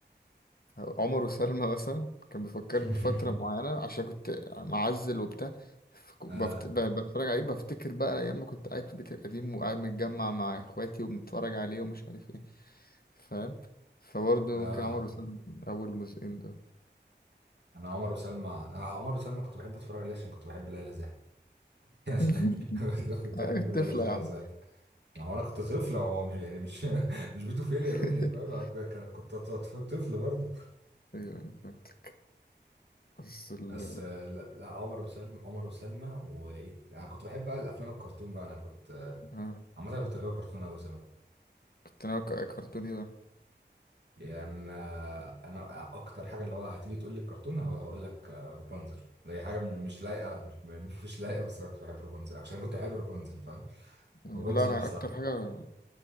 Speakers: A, on the left; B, on the right.
A: عمر وسلمى مثلا كان بيفكرني
B: <laughs>
A: بفتره معينه عشان كنت معزل وبتاع فك-
B: اه
A: بفت- ب- بتفرج عليه بفتكر بقى ايام ما كنت قاعد في بيتي القديم وقاعد متجمع مع اخواتي وبنتفرج عليه ومش عارف ايه فاهم فبرضه
B: اه
A: ممكن عمر وسلمى من اول جزئين ده
B: انا عمر وسلمى آه عمر وسلمى كنت بحب اتفرج عليه عشان كنت بحب ليلى زاهر <laughs> يا سلام.
A: <laughs>
B: كنت كنت
A: آه،
B: بحب
A: طفله
B: ليلى زاهر
A: يا عم
B: ساعتها هو انا كنت طفل هو مش يعني مش <laughs> مش بيتوفيليا
A: <laughs>
B: مني فاهم أنا كنت كان- كنت طف- طفل برضه
A: ايوه أيوة، فهمت بس ال
B: بس آه، لا لا عمر وسلمى عمر وسلمى وايه انا كنت بحب بقى الافلام الكرتون بقى انا كنت
A: ها
B: عامه كنت غاوي كرتون قوي
A: كنت انا كرتوني بقى
B: يعني انا أنا اكتر حاجه اللي هو هتيجي تقول لي كرتون هو هقول لك آه، رابنزل ده هي حاجه م- مش لايقه مش, م- <laughs> مش لايقه بس انا كنت بحب رابنزل عشان كنت بحب رابنزل فاهم
A: لا
B: رابنزل
A: انا
B: نفسها
A: اكتر حاجه